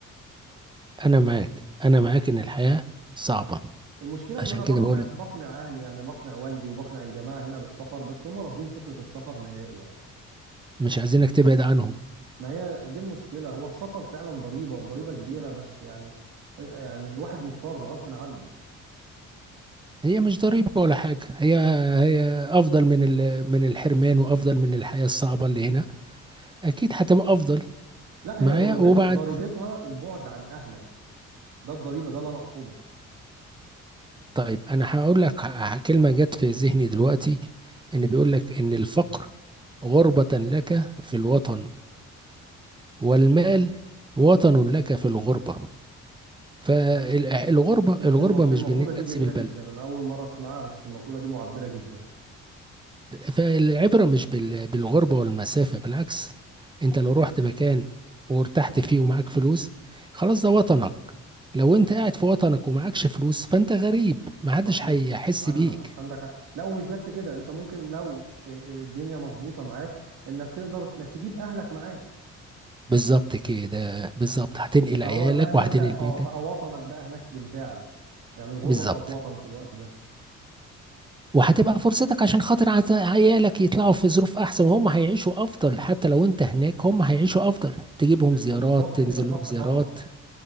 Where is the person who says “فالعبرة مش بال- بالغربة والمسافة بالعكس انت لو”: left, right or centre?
Right